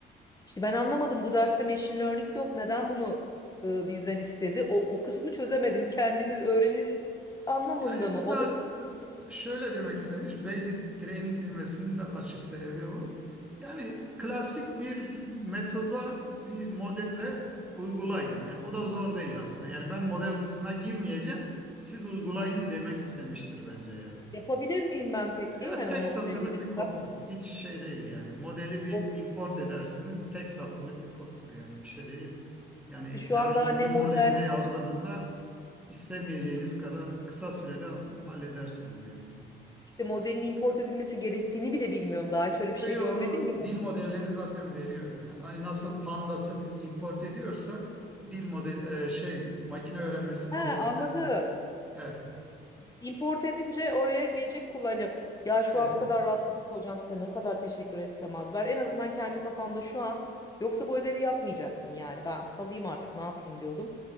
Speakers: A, on the left (about 20°); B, in the centre.
A: İşte ben anlamadım bu derste machine learning yok. Neden bunu e, bizden istedi? O, o kısmı çözemedim. Kendiniz öğrenin anlamında
B: Yani
A: mı?
B: burada
A: O da bir-
B: e, şöyle demek istemiş, basic training demesinin de açık sebebi o. Yani klasik bir metoda bir modelle uygulayın. Yani o da zor değil aslında. Yani ben model kısmına girmeyeceğim, siz uygulayın demek istemiştir bence yani.
A: yapabilir miyim ben peki?
B: Ya
A: Hani
B: tek
A: o noktaya
B: satırlık
A: gelirsem.
B: bir koddur. Hiç şey değil yani. Modeli bir
A: Of,
B: import edersiniz. Tek satırlık bir koddur yani bir şey değil. Yani
A: işte şu
B: herhangi
A: an daha ne
B: bir dil
A: model
B: modeline yazdığınızda istemeyeceğiniz kadar kısa sürede halledersiniz yani.
A: de modelin import edilmesi gerektiğini bile bilmiyorum. Daha hiç öyle
B: Yo
A: bir şey
B: yo
A: görmedim
B: onu
A: ya.
B: dil modelleri zaten veriyor. Hani nasıl Pandas'ı biz import ediyorsak dil model e, şey makine öğrenmesi modelini
A: Ha anladım.
B: de eh,
A: Import edince oraya gelecek kullanacağım. Ya şu
B: evet.
A: an o kadar rahatladım ki hocam size ne kadar teşekkür etsem az. Ben en azından kendi kafamda şu an yoksa bu ödevi yapmayacaktım yani. Ben kalayım artık ne yapayım diyordum.